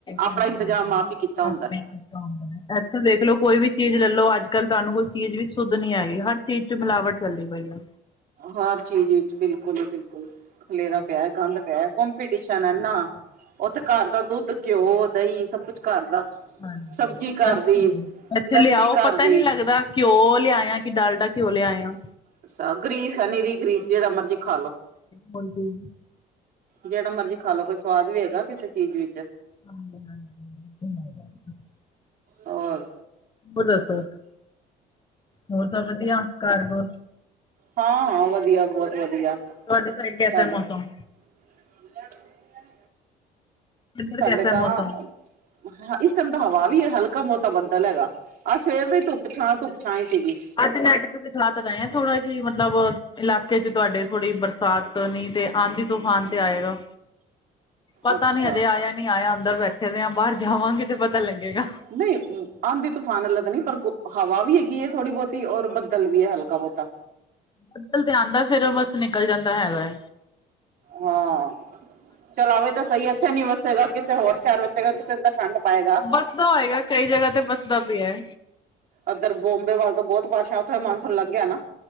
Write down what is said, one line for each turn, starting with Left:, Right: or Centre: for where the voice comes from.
Right: ਆਪਣਾ
Left: ਹਾਂਜੀ
Right: ਇੰਤਜ਼ਾਮ
Left: ਹਾਂਜੀ
Right: ਆਪ ਹੀ ਕੀਤਾ ਹੁੰਦਾ
Left: ਆਪੇ
Right: ਹੈ।
Left: ਹੁੰਦਾ ਹੈ। ਇੱਥੇ ਦੇਖ ਲੋ ਕੋਈ ਵੀ ਚੀਜ਼ ਲੈਲੋ। ਅੱਜ ਕੱਲ ਤੁਹਾਨੂੰ ਕੋਈ ਚੀਜ਼ ਵੀ ਸੁੱਧ ਨੀ ਹੈਗੀ ਹਰ ਚੀਜ਼ ਚ ਮਿਲਾਵਟ ਚੱਲਦੀ ਪਈ ਆ।
Right: ਹਰ ਚੀਜ਼ ਵਿੱਚ ਬਿਲਕੁਲ ਹੀ ਬਿਲਕੁਲ ਖਲੇੇਰਾ ਪਿਆ, ਗੰਦ ਪਿਆ ਕੰਪੀਟੀਸ਼ਨ ਹੈ ਨਾ ਉੱਥੇ ਘਰ ਦਾ ਦੁੱਧ ਘਿਓ, ਦਹੀਂ ਸਭ ਕੁਛ ਘਰ ਦਾ।
Left: ਹਾਂ
Right: ਸਬਜ਼ੀ ਘਰ ਦੀ
Left: ਇੱਥੇ,
Right: ਲੱਸੀ
Left: ਲਿਆਓ
Right: ਘਰ
Left: ਪਤਾ
Right: ਦੀ
Left: ਹੀ ਨੀ ਲੱਗਦਾ? ਘਿਓ, ਲਿਆਇਆ। ਕਿ ਡਾਲਡਾ ਘਿਓ ਲਿਆਏ ਓ
Right: ਅੱਛਾ ਆ ਗਰੀਸ ਆ ਨਿਰੀ ਗਰੀਸ ਜਿਹੜਾ ਮਰਜ਼ੀ ਖਾਲੋ
Left: ਮੁਰਗੀ
Right: ਜਿਹੜਾ ਮਰਜ਼ੀ ਖਾ ਲੋ ਕੋਈ ਸਵਾਦ ਵੀ ਹੈਗਾ। ਕਿਸੇ ਚੀਜ਼ ਵਿੱਚ
Left: ਹਹ <unintelligible>
Right: ਹੋਰ
Left: ਹੋਰ ਦੱਸੋ, ਹੋਰ ਤਾਂ ਵਧੀਆ ਘਰ ਘੁਰ
Right: ਹਾਂ- ਹਾਂ ਵਧੀਆ ਬਹੁਤ ਵਧੀਆ।
Left: ਤੁਹਾਡੇ ਘਰੇ ਕੈਸਾ
Right: ਸਾਡੇ
Left: ਏ ਮੌਸਮ?
Right: <unintelligible>
Left: ਇੱਧਰ
Right: ਸਾਡੇ
Left: ਕੈਸਾ
Right: ਤਾਂ,
Left: ਹੈ ਮੌਸਮ
Right: ਇਸ ਟਾਈਮ ਤਾਂ ਹਵਾ ਵੀ ਹੈ। ਹਲਕਾ ਬੋਤਾ ਬੱਦਲ ਹੈਗਾ। ਆਹ ਸਵੇਰ ਵੀ ਧੁੱਪ ਛਾਂ ਧੁੱਪ ਛਾਂ ਹੀ ਸੀਗੀ
Left: ਅੱਜ ਨੈੱਟ ਦਿਖਲਾ ਤਾਂ ਰਏ ਆ ਥੋੜਾ ਜੀ ਮਤਲਬ ਇਲਾਕੇ ਚ ਤੁਹਾਡੇ ਥੋੜ੍ਹੀ ਬਰਸਾਤ ਨੀ ਤੇ ਆਂਦੀ ਤੂਫਾਨ ਤੇ ਆਏਗਾ? ਪਤਾ
Right: ਅੱਛਾ
Left: ਨੀ, ਹਜੇ ਆਇਆ ਨਹੀਂ ਆਇਆ ਅੰਦਰ ਬੈਠੇ ਦੇ ਆ ਰਹੇ ਆ ਬਾਹਰ ਜਾਵਾਂਗੇ ਤੇ ਪਤਾ ਲੱਗੇਗਾ।
Right: ਨਹੀਂ ਆਂਦੀ ਤੂਫਾਨ ਅਲੱਗ ਨੀ ਪਰ ਗੋ ਹਵਾ ਵੀ ਹੈਗੀ ਹੈ ਥੋੜ੍ਹੀ ਬਹੁਤੀ ਔਰ ਬੱਦਲ ਵੀ ਹੈ ਹਲਕਾ ਬਹੁਤਾ
Left: ਬੱਦਲ ਤੇ ਆਂਦਾ। ਫੇਰ ਉਹ ਬਸ ਨਿਕਲ ਜਾਂਦਾ ਹੈ ਵੇ।
Right: ਹਾਂ ਚਲ, ਆਵੇ ਤਾਂ ਸਹੀ। ਇੱਥੇ ਨੀ ਵਸੇਗਾ ਕਿਸੇ ਹੋਰ ਸ਼ਹਿਰ ਵਸੇਗਾ ਕਿਸੇ ਨੂੰ ਤੇ ਠੰਡ ਪਏਗਾ।
Left: ਬਸਦਾ ਹੋਏਗਾ ਕਈ ਜਗ੍ਹਾ ਤੇ ਬਸਦਾ ਪਿਆ।
Right: ਉਧਰ ਬੋਂਮਬੇ ਵੱਲ ਤਾਂ ਬਹੁਤ ਬਾਰਸ਼ਾ ਉੱਥੇ ਮਾਨਸੂਨ ਲੱਗ ਗਿਆ ਨਾ।